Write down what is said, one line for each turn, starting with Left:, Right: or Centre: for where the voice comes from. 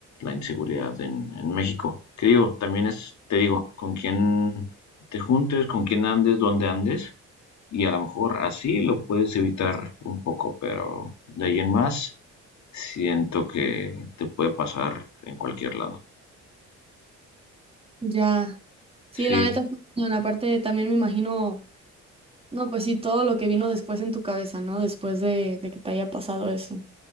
Left: la inseguridad en, en México. Que digo, también es, te digo, con quién te juntes, con quién andes, dónde andes, y a lo mejor así lo puedes evitar un poco, pero de ahí en más siento que te puede pasar en cualquier lado.
Right: Ya. Sí,
Left: Sí,
Right: la neta, está cañón. aparte también me imagino, no, pues sí, todo lo que vino después en tu cabeza, ¿no? Después de, de que te haya pasado eso.